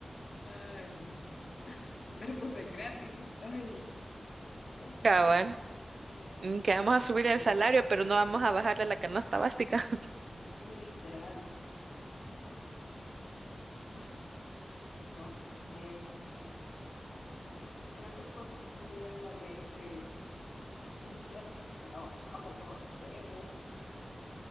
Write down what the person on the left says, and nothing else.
Ay, no. Poner buses gratis. Ay, no.
Quiero,
quiero
Literal, o- ah, no sé, creo que pondría la ley de un día sin trabajo, no sé, o